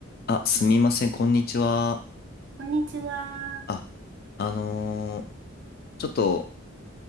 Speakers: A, on the left (about 45°); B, on the right (about 55°).
A: あ、すみません、こんにちは。
B: こんにちは。
A: あ、あのーちょっと